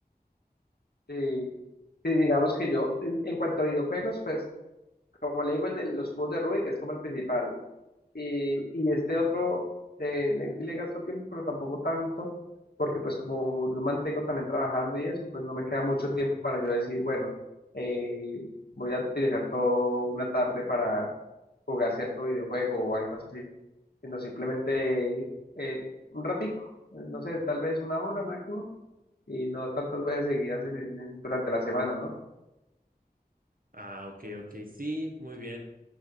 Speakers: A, on the left; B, on the right.
A: Sí, sí, digamos que yo, en, en cuanto a videojuegos, pues, como le digo, el de los cubos de Rubik es como el principal. Y, y este otro, eh, le, sí le gasto tiempo, pero tampoco tanto, porque pues como yo mantengo también trabajando y eso, pues no me queda mucho tiempo para yo decir, bueno, eh, voy a utilizar toda una tarde para jugar cierto videojuego o algo así. sino simplemente eh, un ratico, eh, no sé, tal vez una hora máximo y no tantas veces seguidas en el, en- durante la semana, ¿no?
B: Ah, ok, ok, sí, muy bien.